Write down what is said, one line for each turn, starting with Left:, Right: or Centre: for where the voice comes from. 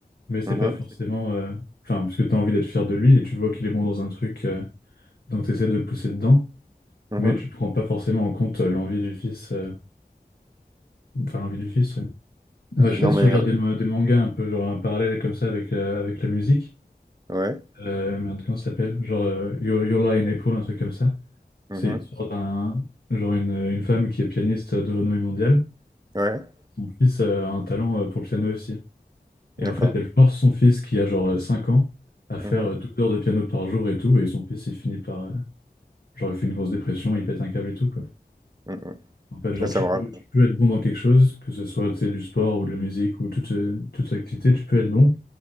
Left: mais c'est
Right: Mhm.
Left: pas forcément,
Right: mh.
Left: euh, enfin, parce que tu as envie d'être fier de lui et tu vois qu'il est bon dans un truc, euh, donc tu essaies de le pousser dedans,
Right: Mais
Left: mais
Right: Mmh
Left: tu prends pas forcément en compte euh, l'envie du fils, euh, enfin l'envie du fils. ouais. Bah, je sais
Right: non
Left: pas si
Right: mais,
Left: tu regardes
Right: heu,
Left: des, ma- des mangas un peu genre un parallèle comme ça avec la, avec la musique,
Right: ouais.
Left: euh, merde, comment ça s'appelle? Genre euh, Yo- Yola in April, un truc comme ça.
Right: Mhm.
Left: C'est l'histoire d'un genre une, une femme qui est pianiste de renommée mondiale.
Right: Ouais,
Left: Son fils euh, a un talent euh, pour le piano aussi. Et
Right: d'accord.
Left: en fait, elle force son fils qui a genre euh, 5 ans à faire
Right: Mhm.
Left: euh, 12 heures de piano par jour et tout. Et son fils, il finit par. euh, Genre, il fait une grosse dépression, il pète un câble et tout, quoi.
Right: Mhm. Mmh
Left: En fait, genre,
Right: Ça, ça
Left: tu
Right: me
Left: peux,
Right: rapp
Left: tu peux être bon dans quelque chose, que ce soit, tu sais, du sport ou de la musique ou toute, euh, toute activité, tu peux être bon.